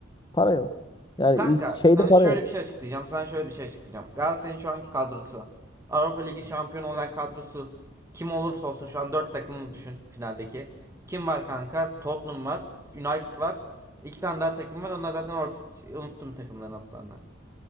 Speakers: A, on the left (about 25°); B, on the right (about 15°).
A: Para yok. Yani
B: Kanka
A: ül- şeyde
B: sana
A: para
B: şöyle
A: yok.
B: bir şey açıklayacağım. Sana şöyle bir şey açıklayacağım. Galatasaray'ın şu anki kadrosu. Avrupa Ligi şampiyonu olan kadrosu. Kim olursa olsun şu an 4 takımı düşün finaldeki. Kim var kanka? Tottenham var. United var. İki tane daha takım var. Onlar zaten orta, unuttum takımların adlarını.